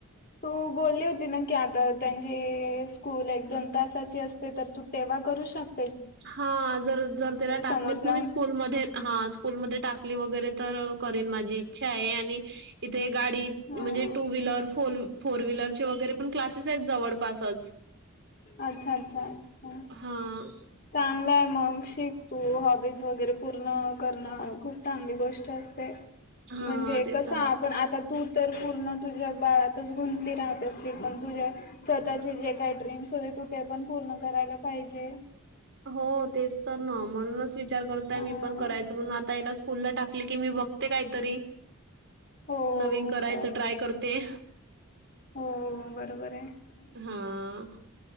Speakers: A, on the left (about 40°); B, on the right (about 55°).
A: ह तू बोलली होती ना की आता त्यांची स्कूल एक दोन तासाची असते तर तू तेव्हा करू शक
B: हा जर जर त्याला टाकलीच
A: समोर
B: ना
A: जाऊन.
B: मी स्कूलमध्ये हा स्कूलमध्ये टाकली वगैरे तर करन माझी इच्छा आहे आणि इथे गाडी
A: हा
B: म्हणजे टू व्हीलर फोर फोर व्हीलरचे वगैरे पण क्लासेस आहेत जवळ. पाासच.
A: अच्छा अच्छा अच्छा.
B: हां,
A: चांगलंय मग शिकतू हॉबीज वगैरे पूर्ण करणं खूप चांगली गोष्ट असते.
B: हां,
A: म्हणजे
B: ते
A: कस
B: तर
A: आपण आता तू तर पूर्ण तुझ्या बाळातच गुंतली राहत असतील पण तुझ्या स्वतःचे जे काय ड्रीम् तू ते पण पूर्ण करायला पाहिजे.
B: हो तेच तर ना म्हणूनच विचार करतय
A: हा
B: मी पण करायचं म्हणून आता याला स्कूलला टाकली की मी बघते कायतरी.
A: हो
B: नवीन करायचं
A: कर
B: ट्राय करते
A: हो बरोबर आहे
B: हां,